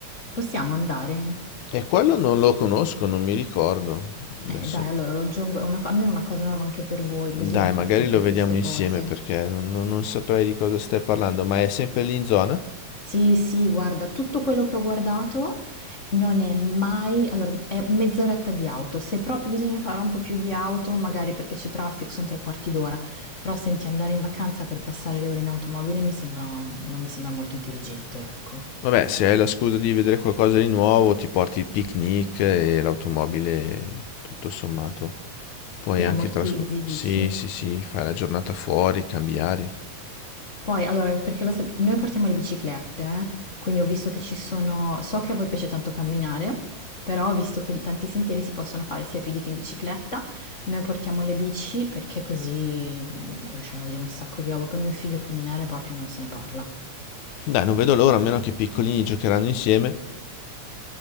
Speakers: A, on the left (about 45°); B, on the left (about 75°).
A: Possiamo andare?
B: E quello non lo conosco, non mi ricordo.
A: Eh,
B: Adesso,
A: dai, allora lo aggiungo, è una co- almeno una cosa nuova anche per voi,
B: dai,
A: così non fate
B: magari
A: sempre
B: lo
A: le
B: vediamo
A: stesse
B: insieme
A: cose.
B: perché non, non non saprei di cosa stai parlando, ma è sempre lì in zona?
A: Sì, sì, guarda, tutto quello che ho guardato non è mai, allora è mezz'oretta di auto, se proprio bisogna fare un po' più di auto, magari perché c'è traffico, sono tre quarti d'ora, però senti, andare in vacanza per passare le ore in automobile mi sembra, non mi sembra molto intelligente, ecco.
B: Vabbè, se hai la scusa di vedere qualcosa di nuovo, ti porti il picnic e l'automobile, tutto sommato. Puoi
A: E
B: anche
A: ammortizzi,
B: trascorrere...
A: dici?
B: Sì, sì, sì, fai la giornata fuori, cambi aria.
A: Poi, allora, perché lo sap- noi portiamo le biciclette, eh, quindi ho visto che ci sono, so che a voi piace tanto camminare, però ho visto che tanti sentieri si possono fare sia a piedi che in bicicletta, noi portiamo le bici perché così mm, riusciamo a vedere un sacco di roba, poi mio figlio camminare proprio non se ne parla.
B: Dai, non vedo l'ora, a meno che i piccolini giocheranno insieme.